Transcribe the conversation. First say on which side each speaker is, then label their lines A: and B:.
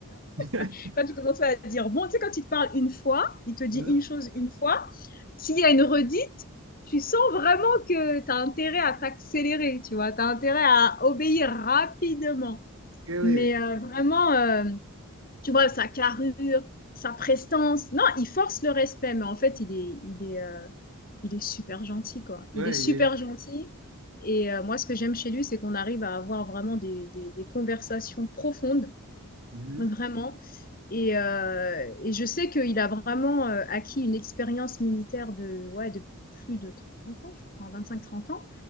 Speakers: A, on the right; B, on the left.
A: oui. <laughs>
B: <laughs> Quand tu commences à dire bon, tu sais, quand il te parle une fois, il te dit
A: Hein?
B: une chose une fois s'il y a une redite, tu sens vraiment que tu as intérêt à t'accélérer, tu vois, tu as intérêt à obéir rapidement.
A: Ok, ouais.
B: Mais euh, vraiment, euh, tu vois, sa carrure, sa prestance, non, il force le respect, mais en fait, il est, il est, euh, il est super gentil, quoi. Il
A: Ouais,
B: est super
A: il est-
B: gentil. Et euh, moi, ce que j'aime chez lui, c'est qu'on arrive à avoir vraiment des, des, des conversations profondes
A: Mhm.
B: vraiment. Et, euh, et je sais qu'il a vraiment euh, acquis une expérience militaire de, ouais, de plus de 30 ans, je crois, hein, vingt-cinq trente ans.